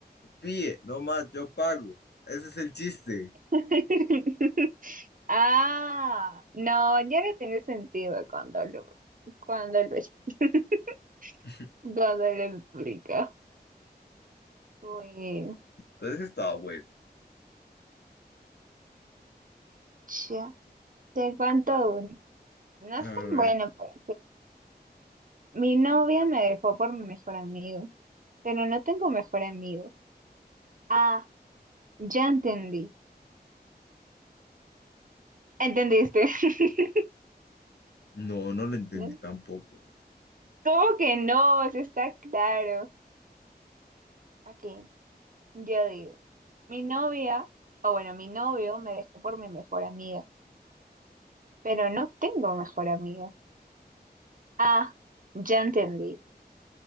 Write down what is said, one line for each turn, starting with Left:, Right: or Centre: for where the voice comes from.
Left: píe, no más yo pago. Ese es el chiste.
Right: <laughs> Ah, no, ya no tiene sentido cuando lo, cuando lo, <laughs>
Left: <laughs>
Right: cuando lo explico. Uy,
Left: Entonces estaba bueno.
Right: ya, te cuento uno. No
Left: A
Right: es tan
Left: ver.
Right: bueno para Mi novia me dejó por mi mejor amigo, pero no tengo mejor amigo. Ah, ya entendí. ¿Entendiste? <laughs>
Left: No, no lo entendí
Right: ¿No?
Left: tampoco.
Right: ¿Cómo que no? Eso está claro. Aquí, yo digo, mi novia, o bueno, mi novio me dejó por mi mejor amiga, pero no tengo mejor amiga. Ah, ya entendí.